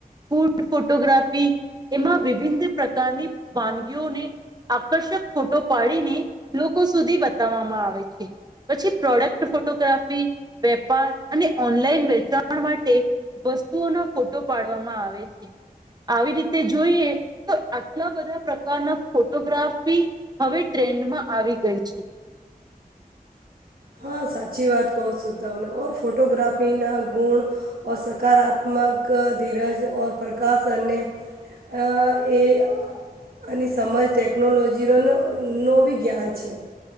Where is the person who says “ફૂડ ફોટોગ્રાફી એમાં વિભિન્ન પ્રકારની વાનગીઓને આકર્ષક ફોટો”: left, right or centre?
Right